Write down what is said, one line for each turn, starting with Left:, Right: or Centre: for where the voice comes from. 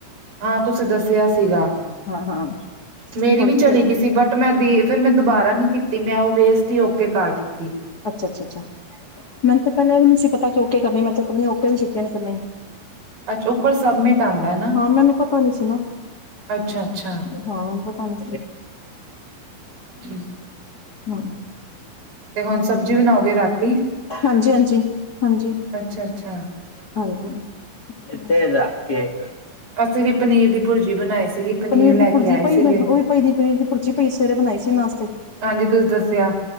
Right: ਹਾਂ ਤੁਸੀਂ ਦੱਸਿਆ ਸੀਗਾ
Left: ਹਾਂ ਹਾਂ
Right: ਮੇਰੀ
Left: ਹੋਰ
Right: ਵੀ
Left: ਕੀ
Right: ਚਲੀ
Left: ਕਰ
Right: ਗਈ ਸੀ ਬਟ ਤੇ ਮੈਂ ਦੀਦੀ, ਫੇਰ ਮੈਂ ਦੁਬਾਰਾ ਨੀ ਕੀਤੀ ਮੈਂ ਉਹ ਵੇਸਟ ਹੀ ਓਕੇ ਕਰਤੀ।
Left: ਅੱਛਾ-ਅੱਛਾ-ਅੱਛਾ। ਮੈਨੂੰ ਤੇ ਪਹਿਲੇ ਵੀ ਨੀ ਸੀ ਪਤਾ ਕਿ ਓਕੇ ਕਰਨੇ ਮੈ ਤੇ ਪਤਾ ਨੀ ਓਕੇ ਵੀ ਕੀਤੇ ਨੇ ਕੇ ਨਈ।
Right: ਔਛਾ ਉੱਪਰ ਸਬਮਿਟ ਆਂਦਾ ਹ ਨਾ
Left: ਹਾਂ ਮੈਨੂੰ ਪਤਾ ਨੀ ਸੀ ਨਾ
Right: ਅੱਛਾ ਅੱਛਾ
Left: ਹਾਂ ਪਤਾ ਨੀ।
Right: ਬ <unintelligible>
Left: ਹਮ।
Right: ਤੇ ਹੁਣ ਸਬਜ਼ੀ ਬਣਾਓਗੇ ਰਾਤੀ।
Left: ਹਾਂਜੀ-ਹਾਂਜੀ ਹਾਂਜੀ।
Right: ਅੱਛਾ ਅੱਛਾ
Left: ਹਾਜੀ ਐਥੇ ਰਖਕੇ ਕੱਟ।
Right: ਅਸੀਂ ਵੀ ਪਨੀਰ ਦੀ ਭੁਰਜੀ ਬਣਾਈ ਸੀਗੀ।
Left: ਪਨੀਰ
Right: ਲੈ
Left: ਦੀ ਭੁਰਜੀ
Right: ਕੇ ਆਏ
Left: ਪਈ
Right: ਸੀਗੇ
Left: ਉਹ ਹੀ ਪਈ ਹੈ ਪਨੀਰ ਦੀ ਭੁਰਜੀ ਸਵੇਰੇ ਬਣਾਈ ਸੀ ਨਾਸਤੇ ਵਿਚ।
Right: ਹਾਂਜੀ, ਤੁਸੀਂ ਦੱਸਿਆ।